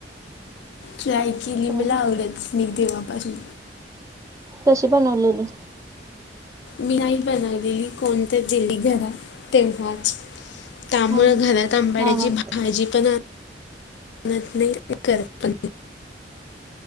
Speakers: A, on the left; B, on the right.
A: ट्राय केली
B: होय
A: मला
B: गं.
A: आवडत नाही तेव्हापासून
B: कशी बनवलेली.
A: मी नाही बनवलेली, कोणी तरी दिली घरात तेव्हाच त्यामुळे
B: हा
A: घरात आंबाड्याची
B: हा हा
A: भाजी पण आनत नाही करत पण नाही.